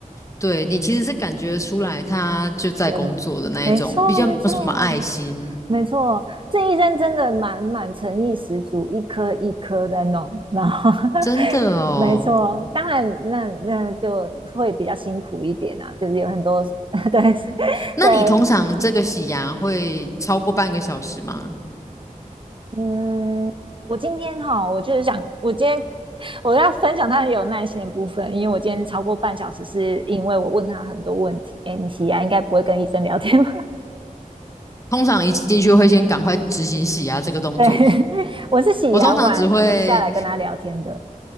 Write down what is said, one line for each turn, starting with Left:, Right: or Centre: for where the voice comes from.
Left: 对，你其实是感觉出来他就在工作的那一种，
Right: 也没错，
Left: 比较没有什么爱心，
Right: 没错，没错。这医生真的蛮蛮诚意十足，一颗一颗在弄，然后 <laughs>
Left: 真的哦。
Right: 没错，当然那那就会比较辛苦一点啊，就是有很多 <laughs> 对
Left: 那你通常这个洗牙会超过半个小时吗？
Right: 对，嗯，我今天哈，我就是想，我今天我要分享他很有耐心的部分，因为我今天超过半小时，是因为我问他很多问题。哎，你洗牙应该不会跟医生聊天吧？
Left: 通常一进去会先赶快执行洗牙这个动作。
Right: 对，<laughs> 我是洗牙完留下来跟他聊天的。
Left: 我通常只会